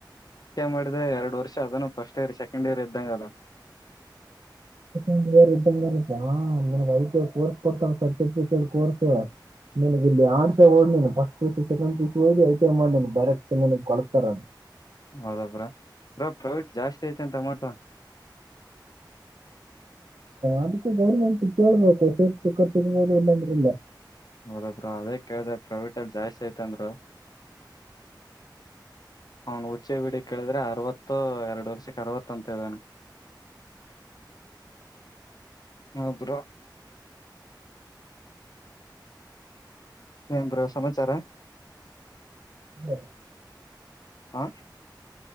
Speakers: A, on the left; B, on the right.
A: ಮಾಡಿದ್ರೆ ಎರಡ್ ವರ್ಷ ಅದನ್ನು ಫಸ್ಟ್ ಇಯರ್ ಸೆಕೆಂಡ್ ಇಯರ್ ಇ್ದಂ ಕಲ್ಲ
B: ಂಡ್ ಇಯರ್ ಇದ್ದಂಗನ ನಗ್ ಐಟ ಕೋರ್ಸ್ ಕೊಡ್ತಲ್ಲ ಸರ್ಟಿಫಿಕೇಟ್ ಕೋರ್ಸ್ ನಿನ ಇಲ್ಲಿ ಆಡ್ಸ ಓ ಫಸ್ಟ್ ಪ ಸೆಕೆಂಡ್ ಪ ಓಿ ಐ ಟಿ ಐ ಮಾಡ ಡೈರೆಕ್ಟ್ ನಿನಗ್ಳತಾರ
A: ಹೌದಬ್ರಾ ಬ್ರಾ ಪ್ರಾಫಿಟ್ ಜಾಸ್ತಿ ಐತೆ ಅಂತ ಅ ಮಾಡಟುವ
B: ಅದಕ್ಕೆ ಗೌರ್ಮೆಂಟ್ ಕೇಳ್ಬೇಕು ಸೇರ್ಖರ್ಚ ಎಲ್ಲಂದಲ್ಲ
A: ಹೌದಬ್ರ ಅದೇ ಕೇಳ್ದ ಪ್ರೈವೇಟ್ ಅಲ್ಲಿ ಜಾಸ್ತಿ ಐತಂದರು ಅವನ್ ಹುಚಿ ಬಿಡಿ ಕೇಳಿದ್ರೆ ಅರವತ್ತು ಎರಡು ವರ್ಷಕ್ ಅರವತ್ತು ಅಂತ ಇದ್ದಾನ ಹ ಏನ್ ಬ್ರೋ ಸಮಾಚಾರ
B: ಹ
A: ಹಾ